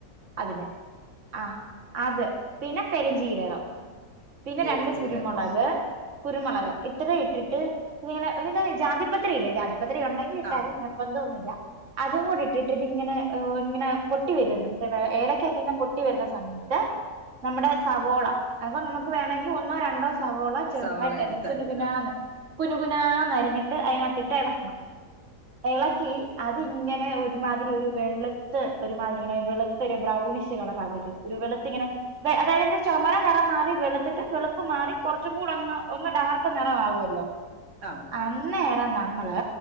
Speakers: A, on the right; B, on the right.
A: അതിന് ആ അത് പിന്നെ പെര്ഞ്ചീരകം പിന്നെ
B: പെരുംജീരകം
A: രണ്ട് കുരുമുളക് കുരുമുളക് ഇത്രയും ഇട്ടിട്ട് പിന്നെ ഇങ്ങനെ ഒര് നുറി ജാതിപത്രി ഇല്ലേ ജാതിപത്രി ഉണ്ടെങ്കിൽ ഇട്ടാതി
B: ആ
A: നിർ ബന്തോന്നില്ല അതും കൂടി ഇട്ടിട്ട് ഇത് ഇങ്ങനെ ഓ ഇങ്ങന പൊട്ടി വരൊല്ലോ മറ്റേ ഏലക്കൊക്കെ ഇങ്ങനെ പൊട്ടി വരുന്ന സമയം ത്ത് നമ്മുടെ സവോള അപ്പൊ നമുക്ക് വേണെങ്കി ഒന്നൊ രണ്ടൊ സവോള ചെറുതായിട്ടരിഞ്
B: സവാള എടുത്ത്
A: കുനുകുനാന്ന്
B: അരിഞ്ഞിടാം
A: കുനുകുനാ ന്നരിഞ്ഞിട്ട് അതിനകത്തിട്ട് എളക്കണം എളക്കി അതി ഇങ്ങനെ ഒരുമാതിരി ഒരു വെളുത്ത് ഒരുമാതിരി ഇങ്ങനെ വെള് ഒരു ബ്രൗണിഷ് കളറാവല്ലൊ ഒരു വെളുത്തിങ്ങനെ അതായത് എന്റെ ചുമന നിറം മാറി വെള് വെളുപ്പ് മാറി കൊറ്ച്ചു കൂടൊന്ന് ഒന്ന് ഡാർക്ക് നെറ ആവല്ലൊ
B: ആ
A: ആഹ് അന്നേരം നമ്മള്